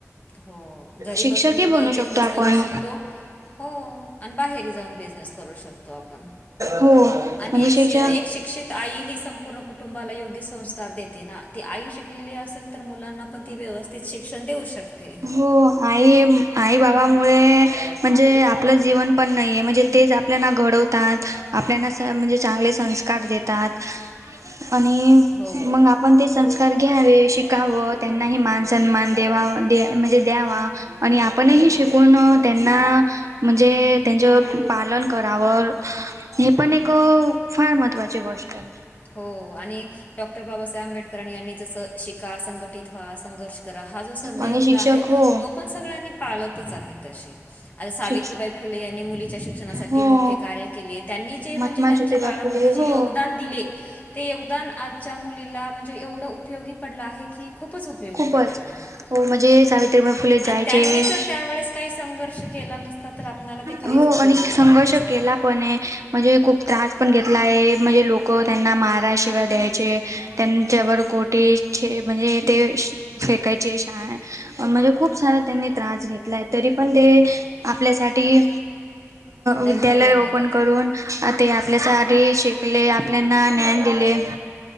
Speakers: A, on the left; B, on the right.
A: हो घरी
B: शिक्षक
A: बसूनही
B: ही बनू
A: बिझनेस
B: शकतो. आपण
A: करू शकतो. हो. आणि बाहेरही जाऊन बिझनेस करू शकतो आपण.
B: हो
A: आणि
B: म्हणजे
A: एक
B: शिक्षक
A: एक शिक्षित आई ही, संपूर्ण कुटुंबाला योग्य संस्कार देते. ते ना ती आई शिकलेली असेल तर मुलांना पण ती व्यवस्थित शिक्षण देऊ शकते.
B: हो आई आई बाबामुळे म्हणजे आपलं जीवन पण नाही आहे. म्हणजे तेच आप आपल्याना घडवतात आपल्याना स म्हणजे चांगले संस्कार देतात. आणि
A: हो
B: मग आप आपण ते संस्कार घ्यावे शिकावं त्यांनाही मान सन्मान देवा दे म्हणजे द्यावा. आणि आपणही शिकून त्यांना म्हणजे त्यांचं पालन करावरं हे पण एक फार महत्त्वाची गोष्ट आहे.
A: हो आणि डॉक्टर बाबासाहेब आंबेडकर यांनी जसं शिका संघटित व्हा संघर्ष करा हा जो संदेश
B: आणि
A: दिला
B: शिक्षक
A: आहे
B: हो
A: तो पण सगळ्यांनी पाळतच आहे तशी आता सावित्रीबाई
B: शिक्ष
A: फुले यांनी मुलीच्या शिक्षणासाठी
B: हो
A: मोठे कार्य केले. त्यांनी जे
B: महात्मा
A: म्हणजे त्यांच्या
B: ज्योतिबा
A: काळामध्ये
B: फुले
A: जे
B: हो
A: योगदान दिले. ते योगदान आजच्या मुलीला म्हणजे एवढं उपयोगी पडलं आहे की खूपच उपयोगी
B: खूपच
A: पडलेलं आहे ते.
B: हो म्हणजे सावित्रीबाई
A: हो
B: फुले जायचे
A: आणि त्यांनी जर त्यावेळेस काही संघर्ष केला नसता तर आपल्याला ते काहीच
B: हो
A: उपयोगी
B: आणि संघर्ष
A: पडलं नसतं.
B: केला पण म्हणजे खूप त्रास पण घेतला आहे म्हणजे लोक त्यांना मारा शिव्या द्यायचे. त्यांच्यावर गोटे छे म्हणजे ते श फेकायची शछा आहे म्हणजे खूप सारा त्यांनी त्रास घेतलाय तरी पण
A: हो.
B: ते आपल्यासाठी
A: डगमगल्या
B: विद्यालय
A: नाहीत
B: ओपन
A: त्या.
B: करून ते आपल्या सारे
A: हो.
B: शिक टकले आपल्याना ज्ञान दिले.